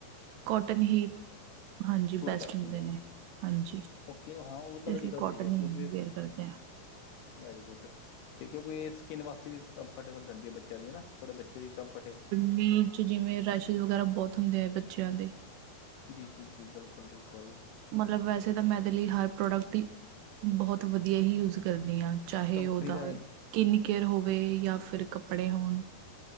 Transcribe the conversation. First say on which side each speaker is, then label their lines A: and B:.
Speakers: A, on the right (about 80°); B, on the left (about 70°).
A: ਕੋਟਨ ਹੀ ਹਾਂਜੀ ਬੈਸਟ
B: ਕਰਦੀ
A: ਹੁੰਦੇ
B: ਹੈ
A: ਨੇ। ਹਾਂਜੀ
B: ਓਕੇ ਹਾਂ ਉਹ ਤਾਂ
A: ਤੇ ਅਸੀਂ
B: ਗੱਲ
A: ਕੋਟਨ
B: ਸਹੀ ਆ
A: ਹੀ
B: ਕਿਉਂਕਿ।
A: ਵੇਅਰ ਕਰਦੇ ਹਾਂ
B: ਵੈਰੀ ਗੁੱਡ ਤੇ ਕਿਉਂਕਿ ਸਕਿੰਨ ਵਾਸਤੇ ਵੀ ਕੰਫਰਟੇਬਲ ਰਹਿੰਦੀ ਹੈ ਬ। ਚ ਨਾ ਥੋੜੇ ਬੱਚੇ ਵੀ ਕਨਫਟ
A: ਮੀਂਹ ਚ ਜਿਵੇਂ ਰਸ਼ਿਸ਼ ਵਗੈਰਾ ਬਹੁਤ ਹੁੰਦੇ ਹੈ ਬੱਚਿਆਂ ਦੇ
B: ਜੀ ਜੀ ਜੀ ਬਿਲਕੁਲ ਬਿਲਕੁਲ
A: ਮਤਲਬ ਵੈਸੇ ਤਾਂ ਮੈਂਦੇ ਲਈ ਹਰ ਪ੍ਰੋਡਕਟ ਹੀ ਬਹੁਤ ਵਧੀਆ ਹੀ ਯੂਜ ਕਰਦੀ ਹਾਂ ਚਾਹੇ
B: ਕੰਪਨੀ
A: ਉਹਦਾ
B: ਦਾ ਇਹ
A: ਕਿਨ ਕੇਅਰ ਹੋਵੇ ਯਾ ਫਿਰ ਕੱਪੜੇ ਹੋਣ